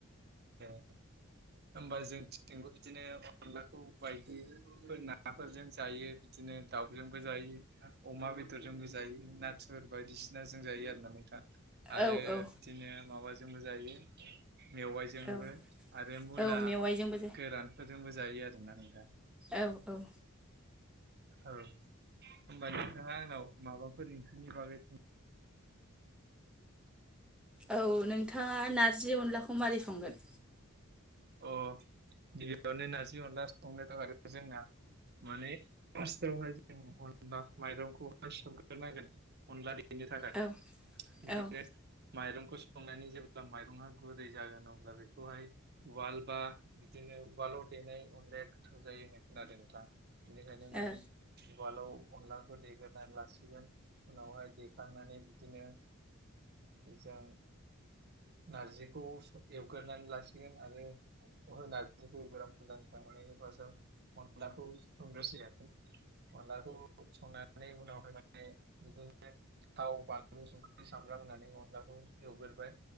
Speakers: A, on the right; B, in the centre.
A: <unintelligible> होमबा जोंथिंबो बिदिनो अनलाखौ बायायो नाफोरजों बिदिनो दाउजोंबो अमा बेदरजोंबो जायो ना ुर बायदिसिनाजों जायो आरो ना नोंथां आरो
B: औ औ
A: बिदिनो माबाजोंबो जायो मेवाइजोंबो
B: औ
A: आरो मुला
B: औ मेवाइजोंबो
A: गोरानफोरजोंबो जायो आरोना नों दा
B: औ औ
A: औ होमबा नोंथाङा आंनाव माबाफोर ओंख्रिनि बागै
B: औ नोंथाङा नारजि अनलाखौ मारै संगोन?
A: अ गिबियावनो नारजि अनला संनाय दं आरो जोंना माने फार्स्टआवहाय जों अनला माइरंखौहाय सोमग्रोनांगोन अनला दैदेननो थाखाय
B: औ
A: बिदिनो
B: औ ओ
A: माइरंखौ संनानै जेब्ला माइरङआ गुरै जागोन अब्ला बेखौहाय उवाल बा बिदिनो उवालाव देनाय अनलाया गोथाव जायो होनना खोनादों नोंथां बेख मान
B: औ
A: गाल अनखौ द लासिग उनावहाय देखांनानै बिदिनो जों नारजिखौ एवगोरानै लासिगोन आरो नार ग मोन मान बास मदाखौ सन्दस अलााखौ संनानै उनाव फैानै बिदिनो थाव बानलु संख्रि सामग्रा होननानै अनलाखौ एवग्रबाय